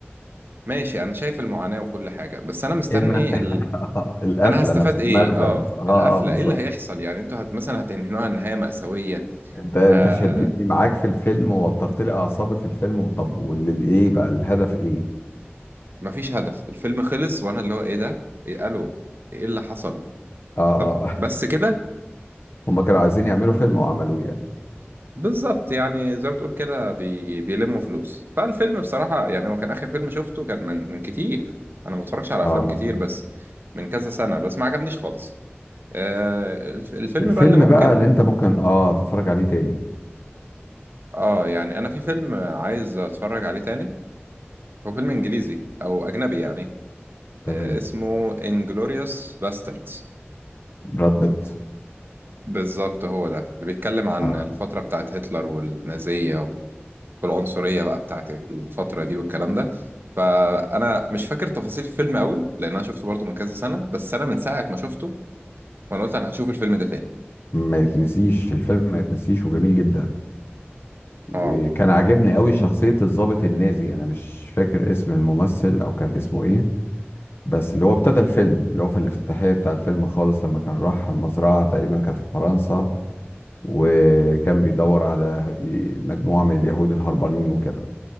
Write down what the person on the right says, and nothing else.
ماشي انا شايف المعاناة وكل حاجة بس انا مستني
ال...
انا هستفاد
ايه
اه
القفلة
ايه اللي هيحصل يعني انتوا هت... مثلا هتنهنوها نهاية مأساوية
ه...
مفيش هدف الفيلم خلص وانا اللي هو ايه ده إيه الو ايه اللي حصل
طب
بس كده
بالظبط يعني زي ما بتقول كده بي... بيلموا فلوس فالفيلم بصراحة يعني هو كان آخر فيلم شفته كان من من كتير أنا ما بتفرجش على
أفلام كتير بس من كذا سنة بس ما عجبنيش خالص آه الف- الفيلم
بقى اللي ممكن
اه يعني أنا في فيلم عايز أتفرج عليه تاني هو فيلم إنجليزي أو أجنبي يعني
آه اسمه Inglourious Basterds
بالظبط هو ده اللي بيتكلم عن
الفترة بتاعت هتلر والنازية والعنصرية بقى بتاعت الفترة دي والكلام ده فأنا مش فاكر تفاصيل الفيلم قوي لأن أنا شفته برضو من كذا سنة بس أنا من ساعة ما شفته وأنا قلت أنا هشوف الفيلم ده تاني
آه